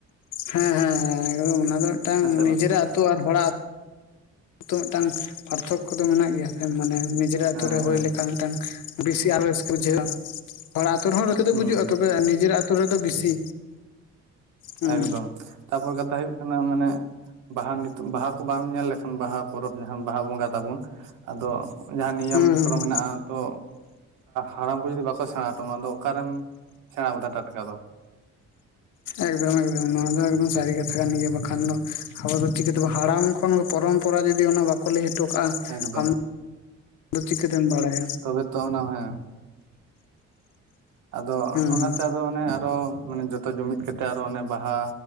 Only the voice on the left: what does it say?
ᱦᱮᱸ ᱦᱮᱸ ᱦᱮᱸ ᱮᱠᱫᱚᱢ ᱚᱱᱟ ᱫᱚ ᱢᱤᱫᱴᱟᱝ
ᱱᱤᱡᱮᱨᱟᱜ
ᱟᱹᱛᱩ ᱟᱨ ᱦᱚᱲᱟᱜ ᱟᱛᱳ ᱢᱤᱫᱴᱟᱱ ᱯᱟᱨᱛᱷᱚᱠ-ᱠᱚ ᱫᱚ ᱢᱮᱱᱟᱜ ᱜᱮᱭᱟ ᱢᱟᱱᱮ ᱱᱤᱡᱮᱨᱟᱜ ᱟᱛᱳ
ᱨᱮ ᱦᱩᱭ
ᱞᱮᱠᱷᱟᱱ ᱢᱤᱫᱴᱟᱝ ᱵᱮᱥᱤ ᱟᱨᱚ ᱨᱟᱹᱥᱠᱟᱹ ᱵᱩᱡᱷᱟᱹᱣᱼᱟ ᱦᱚᱲᱟᱜ ᱟᱹᱛᱩ ᱨᱮᱦᱚᱸ ᱨᱟᱹᱥᱠᱟᱹ ᱫᱚ
ᱵᱩᱡᱩᱜᱼᱟ ᱛᱚᱵᱮ ᱱᱤᱡᱮᱨᱟᱜ ᱟᱛᱳ ᱨᱮᱫᱚ ᱟᱨᱦᱚᱸ ᱵᱮᱥᱤ᱾ ᱦᱩᱸ
ᱦᱩᱸ ᱦᱩᱸ
ᱮᱠᱫᱚᱢ ᱮᱠᱫᱚᱢ ᱱᱚᱣᱟ ᱫᱚ ᱮᱠᱫᱚᱢ ᱥᱟᱹᱨᱤ ᱠᱟᱛᱷᱟ ᱠᱟᱱ ᱜᱮᱭᱟ, ᱵᱟᱠᱷᱟᱱ ᱫᱚ ᱟᱵᱚ ᱫᱚ ᱪᱤᱠᱟᱹᱛᱮᱵᱚ ᱦᱟᱲᱟᱢ ᱛᱚᱠᱷᱚᱱ ᱫᱚ ᱯᱚᱨᱚᱢᱯᱚᱨᱟ ᱡᱩᱫᱤ ᱚᱱᱟ ᱵᱟᱠᱚ ᱞᱟᱹᱭ ᱦᱚᱴᱚ ᱠᱟᱜᱼᱟ,
ᱟᱢᱫᱚ ᱪᱤᱠᱟᱹᱛᱮᱢ ᱵᱟᱲᱟᱭᱟ᱾
ᱦᱩᱸ